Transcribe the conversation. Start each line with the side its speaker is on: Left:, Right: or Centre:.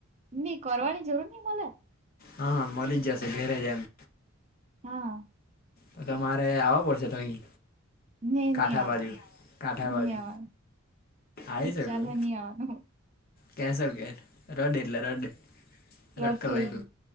Right: નઈ કરવાની જરૂર નઈ મલે.
Left: હા હા મળી જશે ઘરે જાય
Right: હા.
Left: તો તમારે આવો પડશે તો અહીં.
Right: ને
Left: કાઠા
Right: ની આવવાનું
Left: બાજુ કાઠા બાજુ
Right: ની આવવાનું
Left: આ છેકું.
Right: ચાલે ની આવવાનું
Left: કેસ કે રડ એટલે રડ રટ
Right: રદ
Left: કલું
Right: થઈ